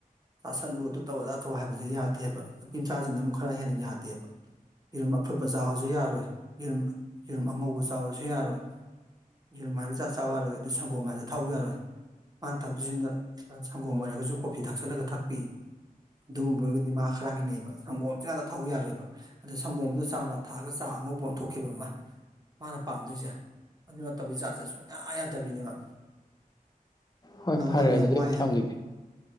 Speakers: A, on the right; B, on the left.
A: ꯆꯥꯥꯁꯜꯂꯨ ꯑꯗꯨ ꯇꯧ ꯑꯗꯥ ꯇꯧ ꯍꯥꯏꯕꯗꯣ ꯌꯥꯗꯦꯕ ꯅꯨꯄꯤ ꯃꯆꯥꯁꯤꯡꯅ ꯑꯃꯨꯛ ꯈꯔ ꯍꯦꯟꯅ ꯌꯥꯗꯦꯕ ꯌꯦꯔꯨꯝ ꯑꯐꯨꯠꯄ ꯆꯥꯎꯑꯣꯁꯨ ꯌꯥꯔꯣꯏ ꯌꯦꯔꯨꯝ ꯌꯦꯔꯨꯝ ꯑꯉꯧꯕ ꯆꯥꯎꯑꯣꯁꯨ ꯌꯥꯔꯣꯏ ꯌꯦꯔꯨꯝ ꯍꯥꯏꯕ ꯖꯥꯠ ꯆꯥꯎ ꯌꯥꯔꯣꯏ ꯑ ꯑꯗꯨ ꯁꯪꯒꯣꯝ ꯍꯥꯏꯕꯁꯦ ꯊꯥꯛꯎ ꯌꯥꯔꯣꯏ ꯃꯥꯅ ꯊꯛꯇꯣꯢꯁꯤꯅ ꯁꯪꯒꯣꯝ ꯑꯣꯏꯔꯒꯁꯨ ꯀꯣꯐꯤ ꯊꯥꯛꯆꯜꯂꯒ ꯊꯛꯄꯤ ꯑꯗꯨꯒꯨꯝꯕ ꯑꯣꯢꯔꯒꯗꯤ ꯃꯥ ꯈꯔ ꯍꯩꯅꯩꯕ ꯁꯪꯒꯣꯝꯁꯤ ꯉꯥꯛꯇ ꯊꯛꯎ ꯌꯥꯔꯣꯏꯕ ꯑꯗꯩ ꯁꯪꯒꯣꯝꯗꯨ ꯆꯥ ꯃꯅꯥ ꯊꯥꯛꯑꯒ ꯆꯥ ꯑꯉꯧꯕ ꯑꯣꯟꯊꯣꯛꯈꯤꯕ ꯑꯃ ꯃꯥꯅ ꯄꯥꯝꯗꯣꯏꯁꯦ ꯑꯗꯨ ꯅꯠꯇꯕꯩ ꯖꯥꯠꯁꯦ ꯁꯨꯡꯌꯥ ꯌꯥꯗꯕꯤꯅꯦꯕ
B: ꯍꯣꯏ
A: ꯉꯥꯡꯅꯕ
B: ꯐꯔꯦ
A: ꯌꯥꯝ
B: ꯑꯗꯨꯗꯤ
A: ꯋꯥꯏ
B: ꯑꯩ
A: ꯍꯥꯏꯕ
B: ꯊꯝꯈꯤꯒꯦ